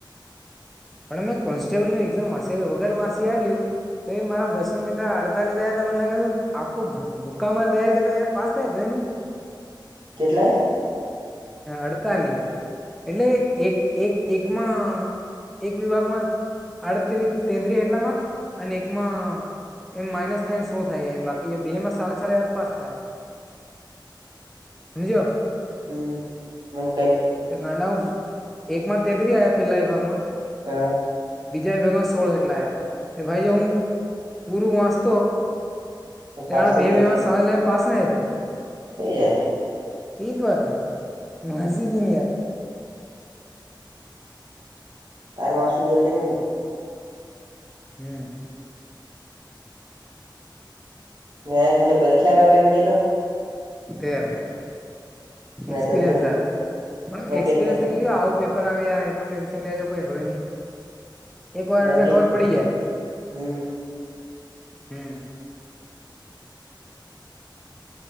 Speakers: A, in the centre; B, on the right.
A: પણ અમે કોન્સ્ટેબલ નું એક્ઝામ વાસ્યા વગર વાંસીલે આલ્યું તો મારા બસો મિત્ર અડતાલી આયા તા મને લાગે આખું ભૂક્કામાં તૈયાર કરતા યાર પાસ થાય <unintelligible>
B: કેટલા આય?
A: અડતાલી, એટલે એક એક એકમાં એક વિભાગમાં આડત્રી તેત્રીસ જેટલા માર્ક્સ અને એકમાં એમ માઇનસ થાય ને સો થાઈ જાય એમ બાકી બે માં સાડા સાડા આ પાસ થવાય જો
B: હમ્મ મન ક
A: તે ગાંડા, એકમાં તેહત્રી આયા પેલા વિભાગમાં?
B: હા
A: બીજા વિભાગમાં સોળ જેટલા આયા, તે ભાઈ જે હું પૂરું વાંચતો
B: તો પાસ
A: ના
B: થઈ
A: બેવીમાં
B: જાત
A: સવા પાસ ન તો.
B: થઈ જાય તો.
A: <unintelligible>
B: આર માસું જતેલું ને.
A: હમ્મ.
B: <unintelligible> ખાલી પરીક્ષા વગેરને ગેલો?
A: તેર
B: મે
A: એક્સપિરિયન્સ
B: તો ઉલટું
A: હારું પણ
B: મે
A: એક્સપિરિયન્સ
B: પેક કરી
A: તરી આવું પે પર આવે યાર એટલું ટેન્શન લેજો કોઈ હોય ની. એક વાર
B: મે
A: એટલે
B: પેક
A: ખબર પડી જાય
B: હમ
A: હમ.